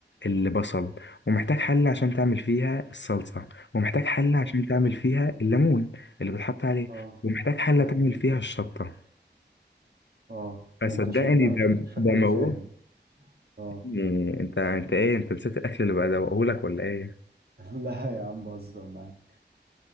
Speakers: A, on the left; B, on the right.
A: البصل ومحتاج حلة عشان تعمل فيها الصلصة ومحتاج حلة
B: اه
A: عشان تعمل فيها الليمون اللي بتحط عليه
B: اه
A: ومحتاج حلة
B: طيب
A: تعمل فيها الشطة
B: اه
A: فصدقني
B: ده انت شكلك
A: ده
B: شكلك
A: ده موضوع
B: فاهم اه
A: إيه، انت انت ايه انت نسيت الاكل اللي بدوقهولك ولا ايه
B: <laughs> لا يا عم بهزر معاك